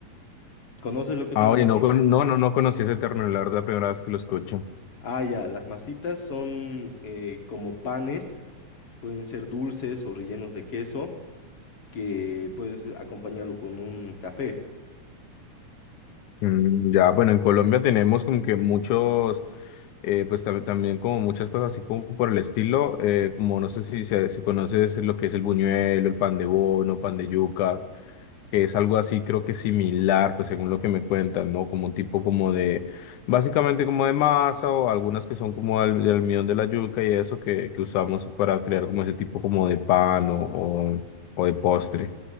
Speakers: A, on the left; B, on the left.
A: ¿Conoces lo que son
B: Ah,
A: las
B: oye,
A: masitas?
B: no, con- no, no, no conocí ese término, la verdad, la primera vez que lo escucho.
A: Ah, ya, las masitas son eh, como panes, pueden ser dulces o rellenos de queso, que puedes acompañarlo con un café.
B: Mm, ya, bueno, en Colombia tenemos como que muchos, eh, pues tam- también como muchas cosas así como por el estilo, eh, como no sé si, si, si conoces lo que es el buñuelo, el pan de bono, pan de yuca, que es algo así creo que similar, pues según lo que me cuentan, ¿no? Como un tipo como de, básicamente como de masa o algunas que son como del, del almidón de la yuca y eso que, que usamos para crear como ese tipo como de pan o, o o de postre.